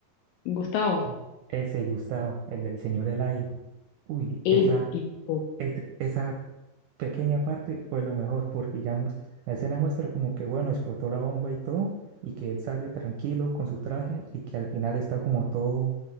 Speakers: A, on the left (about 80°); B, on the right (about 80°).
A: Gustavo.
B: Sí. Ese Gustavo, el del señor Eladio. Uy,
A: Uy,
B: esa,
A: Épico.
B: es- esa pequeña parte fue lo mejor, porque digamos, la escena muestra como que, bueno, explotó la bomba y todo, y que él sale tranquilo con su traje y que al final está como todo,